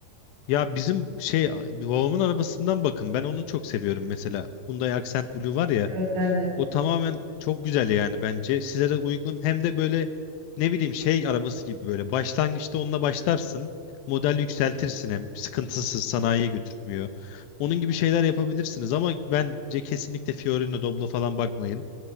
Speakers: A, on the left (about 75°); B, on the right (about 80°).
A: Ya bizim şey babamın arabasından bakın. Ben onu çok seviyorum mesela. Hyundai Accent Blue var ya.
B: Evet ben de.
A: O tamamen çok güzel yani bence. Size de uygun. Hem de böyle ne bileyim şey arabası gibi böyle. Başlangıçta onunla başlarsın. Model yükseltirsin hem sıkıntısız sanayiye götürmüyor. Onun gibi şeyler yapabilirsiniz ama bence kesinlikle Fiorino Doblo falan bakmayın.